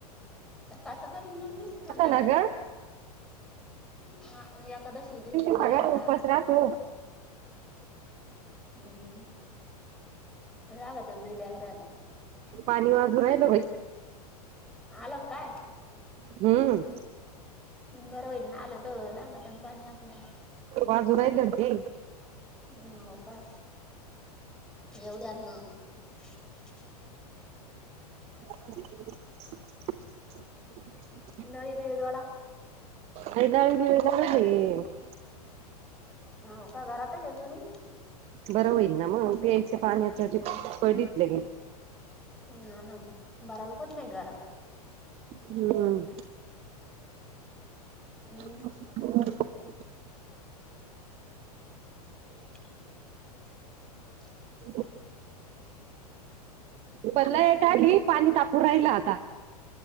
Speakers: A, in the centre; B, on the right.
A: सकाळचं करून जाऊन, नुसत संध्याकाळ
B: ना ग
A: हा एकादशी चं दिवशी बी
B: सगळ्यांना
A: राहीन राहडा.
B: उपवास राहतो
A: हूं राहडा त बील्या क रायला.
B: पाणी वाजू राहिल बई.
A: आल कं काय?
B: हूं!
A: बर होईल ना आलात, लागत न पाणी आपल्याला.
B: वाजू राहिले होते
A: हूं हो का येवद्या मग. <inaudible>
B: ह <unintelligible>
A: नळी बिळी जोडा?
B: हदा का आहे <unintelligible>
A: हो का घरातच ये तुम्ही?
B: बरं होईल ना मग प्यायच्या पाण्याचं टीप पडीत ल्या गेली.
A: हाना बाराल कोन नाही घारा
B: हूं!
A: हम्म,
B: ह <inaudible>
A: <inaudible>
B: <inaudible> पन लायेट आली, पाणी तापू राहिल आता.